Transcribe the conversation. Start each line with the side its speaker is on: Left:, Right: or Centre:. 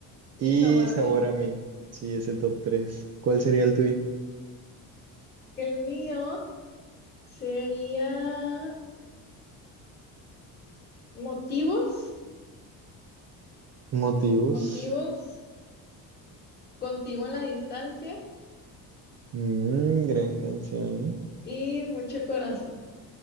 Left: y
Right: y
Left: sabor a
Right: sabor
Left: mí.
Right: a mí, sí, ese top 3. ¿Cuál sería el tuyo?
Left: El mío sería motivos.
Right: Motivos,
Left: Motivos. Contigo en la distancia.
Right: Mm, gran canción, ¿eh?
Left: Y mucho corazón.